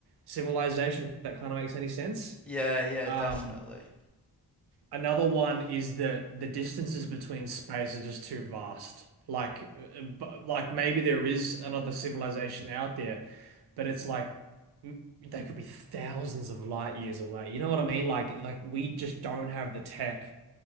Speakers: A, on the right; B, in the centre.
A: civilization. If that kind of makes any sense.
B: Yeah, yeah,
A: Um,
B: definitely.
A: Another one is that the distances between space are just too vast. Like, uh, bu- like maybe there is another civilization out there, but it's like m- they could be thousands of light years away. You know what I mean? Like, like we just don't have the tech